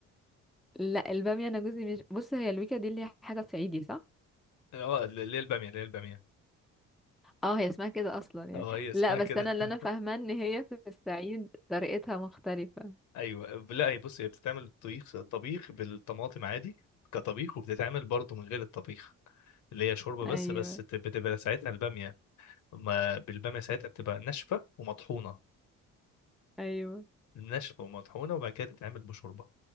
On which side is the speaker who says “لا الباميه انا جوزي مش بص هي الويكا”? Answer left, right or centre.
Centre